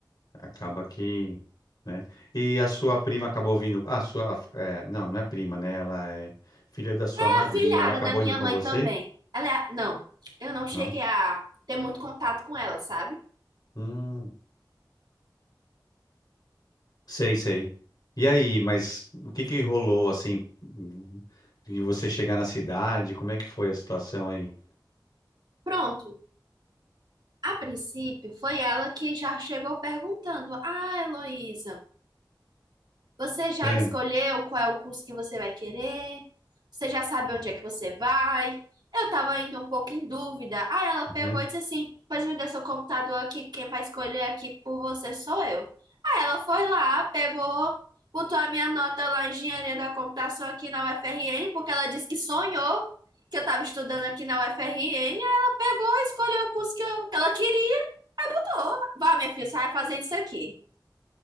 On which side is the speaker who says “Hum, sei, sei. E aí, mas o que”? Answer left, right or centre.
Left